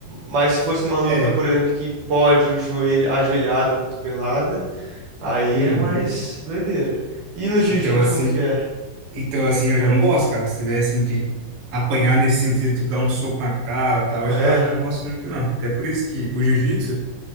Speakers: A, on the right; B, on the right.
A: Mas se fosse uma luta,
B: É,
A: por exemplo, que pode o joelho, ajoelhada, cotovelada, aí
B: Uhum.
A: é mais doideira. E no jiu-jitsu,
B: Então assim,
A: como que é?
B: então assim eu já não gosto, cara. Se tivesse que apanhar nesse sentido, tipo dar um soco na cara, tal, eu
A: Ah,
B: já
A: é?
B: já não gosto muito não. Até por isso que o jiu-jitsu,